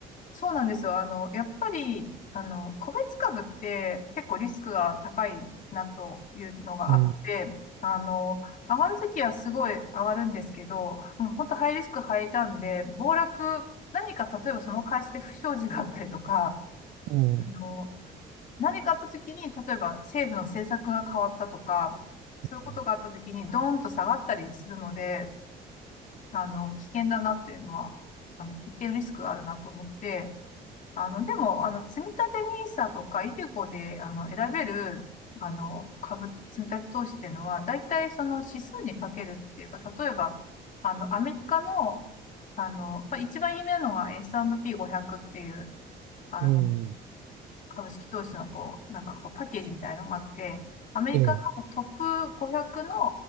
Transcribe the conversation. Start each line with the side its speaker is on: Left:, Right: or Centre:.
Left: そうなんですよ。あの、やっぱり、あの、個別株って結構リスクが高いなというのがあって、
Right: うん、
Left: あの、上がるときはすごい上がるんですけど、もう本当ハイリスクハイターンで、暴落、何か例えばその会社で不祥事があったりとか、
Right: うん、
Left: あの、何かあった時に、例えば政府の政策が変わったとか、そういうことがあった時にドーンと下がったりするので、
Right: うん、
Left: あの、危険だなっていうのは、あの、一定のリスクがあるなと思って、あの、でも、あの、積立 NISA とかイデコで、あの、選べる、あの、株、積立投資っていうのは、大体その指数にかけるっていうか、例えば、あの、アメリカの、あの、まあ、一番有名なのが S&P500 っていう、あの、
Right: うん
Left: 株式投資のこう、なんかこうパッケージみたいなのがあって、アメリカのトップ500の
Right: ええ、